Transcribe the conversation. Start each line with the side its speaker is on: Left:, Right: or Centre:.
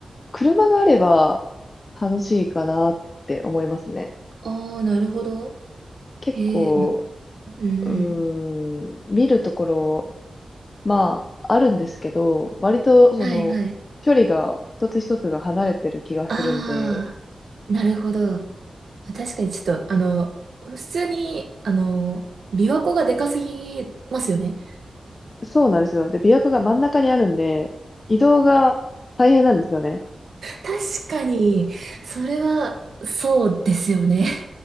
Left: 車があれば楽しいかなって思いますね。
Right: ああ、なるほど。
Left: 結構、
Right: へえ、ま、うんうん。
Left: うーん、見るところ、まあ、あるんですけど、割と、その、
Right: はいはい。
Left: 距離が一つ一つが離れてる気がするんで、
Right: ああ、なるほど。確かにちょっと、あの、普通に、あの、琵琶湖がでかすぎますよね。
Left: そうなんですよ。で、琵琶湖が真ん中にあるんで、移動が大変なんですよね。
Right: 確かに、それは、そうですよね。